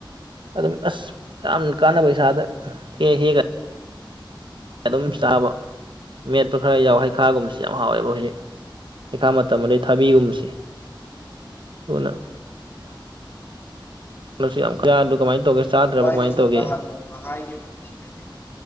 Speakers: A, on the right; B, on the left.
A: ꯑꯗꯨꯝ ꯑꯁ ꯌꯥꯝ ꯀꯥꯟꯅꯕ ꯏꯁꯥꯗ ꯍꯦꯛ ꯍꯦꯛꯒꯗ ꯑꯗꯨꯝ ꯆꯥꯕ ꯃꯦꯠꯄ ꯈꯔ ꯌꯥꯎ ꯍꯩꯈꯥꯒꯨꯝꯕꯕꯁꯤ ꯌꯥꯝ ꯍꯥꯎꯋꯦꯕ ꯍꯧꯖꯤꯛ ꯄꯩꯈꯥ ꯃꯇꯝ ꯑꯗꯩ ꯊꯥꯕꯤꯒꯨꯝꯕꯁꯦꯅ ꯌꯥꯝ ꯀꯌꯥ ꯀꯃꯥꯏꯅ ꯇꯧꯒꯦ ꯆꯥꯗ꯭ꯔꯕ
B: ꯚꯥꯏꯅꯁꯨ
A: ꯀꯃꯥꯏꯅ ꯇꯧꯒꯦ
B: ꯅꯍꯥꯟ ꯅꯣꯡꯃ ꯍꯥꯏꯈꯤꯕꯅꯤ ꯍꯥꯏ